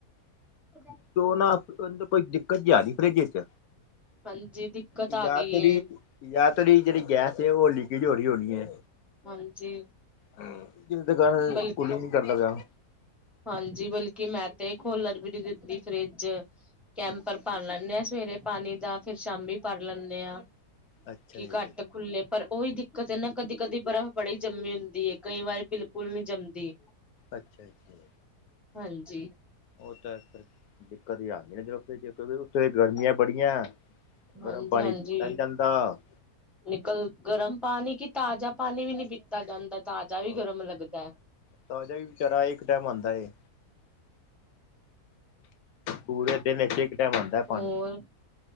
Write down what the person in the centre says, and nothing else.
ਅ <inaudible>
ਹਾਂਜੀ ਦਿੱਕਤ
ਆ ਗਈ
ਏ।
ਹਾਂਜੀ।
ਬਲਕਿ
ਹਾਂਜੀ, ਬਲਕਿ ਮੈਂ ਤੇ ਖੋਲਨ ਵੀ ਨੀ ਦਿਂਦੀ ਫਰਿਜ। ਕੈਂਪਰ ਭਰ ਲੈਂਨੇ ਆਂ ਸਵੇਰੇ ਪਾਨੀ ਦਾ, ਫੇਰ ਸ਼ਾਮੀ ਭਰ ਲੈਂਨੇ ਆਂ।
ਕੀ
ਘੱਟ ਖੁੱਲੇ, ਪਰ ਉਈ ਦਿੱਕਤ ਏਨਾ, ਕਦੀ-ਕਦੀ ਬਰਫ਼ ਬੜੀ ਜੰਮੀ ਹੁੰਦੀ ਏ, ਕਈ ਵਾਰੀ ਬਿਲਕੁਲ ਨਈ ਜੰਮਦੀ।
ਹਾਂਜੀ।
ਹਾਂਜੀ,
ਹਾਂਜੀ।
ਨਿਕਲ, ਗਰਮ ਪਾਨੀ ਕਿ ਤਾਜ਼ਾ ਪਾਨੀ ਵੀ ਨੀ ਪੀਤਾ ਜਾਂਦਾ, ਤਾਜ਼ਾ ਵੀ
ਗਰਮ ਲੱਗਦੈ।
ਹੋਰ